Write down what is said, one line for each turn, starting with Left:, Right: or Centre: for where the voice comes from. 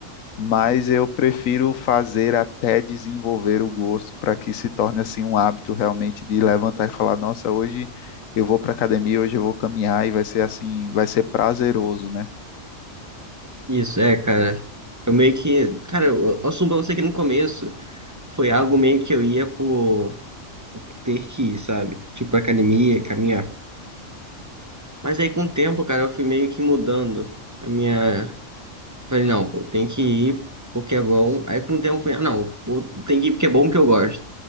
Left: mas eu prefiro fazer até desenvolver o gosto para que se torne assim um hábito realmente de levantar e falar, nossa, hoje eu vou para academia, hoje eu vou caminhar e vai ser assim, vai ser prazeroso, né?
Right: Isso é, cara. Eu meio que, cara, eu, eu assumo pra você que no começo foi algo meio que eu ia por, por ter que ir, sabe? Tipo, academia, caminhar. Mas aí com o tempo, cara, eu fui meio que mudando a minha. Falei, não, pô, tem que ir porque é bom. Aí com o tempo eu falei, ah, não, pô, tem que ir porque é bom que eu gosto,